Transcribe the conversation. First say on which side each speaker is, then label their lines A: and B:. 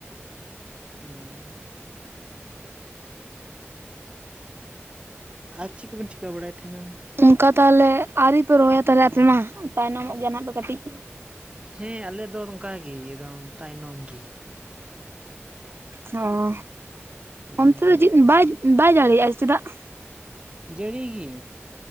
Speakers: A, on the right (about 25°); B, on the right (about 60°).
A: ᱚᱸ ᱟᱨ ᱪᱤ ᱠᱚᱵᱮᱱ ᱪᱤᱠᱟᱹ ᱵᱟᱲᱟᱭ ᱛᱟᱦᱮᱸᱱᱟ
B: ᱚᱱᱠᱟ ᱛᱟᱦᱚᱞᱮ ᱟᱹᱣᱨᱤ ᱯᱮ ᱨᱚᱦᱚᱭᱟ ᱛᱟᱦᱚᱞᱮ ᱟᱯᱮ ᱢᱟ ᱛᱟᱭᱱᱚᱢᱚᱜ ᱜᱮᱭᱟ ᱱᱟᱱᱟᱜ ᱯᱮ ᱠᱟᱹᱴᱤᱡ
A: ᱦᱮᱸ ᱟᱞᱮ ᱫᱚ ᱱᱚᱝᱠᱟ ᱜᱮ ᱮᱠᱫᱚᱢ ᱛᱟᱭᱱᱚᱢ ᱜᱮ
B: ᱚᱸ
A: ᱦᱮᱸ᱾
B: ᱪᱮᱫ ᱪᱮᱫ ᱵᱟᱭ ᱵᱟᱭ ᱡᱟᱲᱤᱭᱨᱜᱼᱟ ᱪᱮ ᱫᱟᱜ
A: ᱡᱟᱹᱲᱤ ᱜᱤ